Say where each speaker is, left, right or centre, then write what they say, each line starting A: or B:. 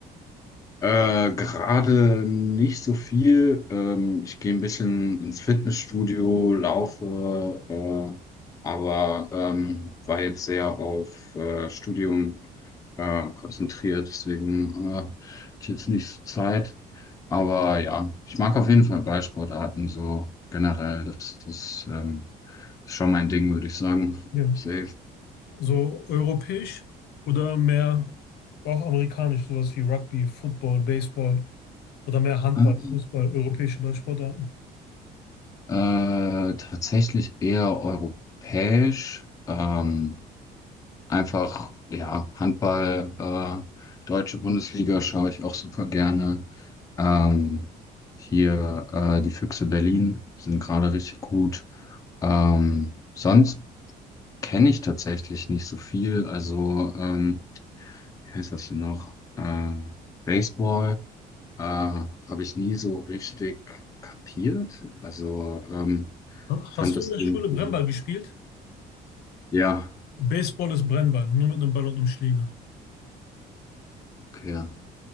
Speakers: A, on the left; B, on the left.
A: Äh, gerade nicht so viel. Ähm, ich gehe ein bisschen ins Fitnessstudio, laufe, äh, aber ähm, war jetzt sehr auf äh, Studium äh, konzentriert, deswegen äh, hatte ich jetzt nicht so Zeit. Aber ja, ich mag auf jeden Fall Ballsportarten so generell. Das ist, ähm, schon mein Ding, würde ich sagen.
B: Ja.
A: Safe.
B: So europäisch oder mehr auch amerikanisch, sowas wie Rugby, Football, Baseball oder mehr Handball,
A: Ähm,
B: Fußball, europäische Ballsportarten.
A: Äh, tatsächlich eher europäisch. Ähm, Einfach, ja, Handball, äh, deutsche Bundesliga schaue ich auch super gerne. Ähm, hier äh, die Füchse Berlin sind gerade richtig gut. Ähm, sonst kenne ich tatsächlich nicht so viel. Also, ähm, wie heißt das denn noch? Äh, Baseball äh, habe ich nie so richtig kapiert. Also, ähm,
B: Ha-
A: fand
B: Hast
A: das
B: du in der
A: irgendwie,
B: Schule Brennball gespielt?
A: ja,
B: Baseball ist Brennball, nur mit einem Ball und einem Schläger.
A: okay, ja.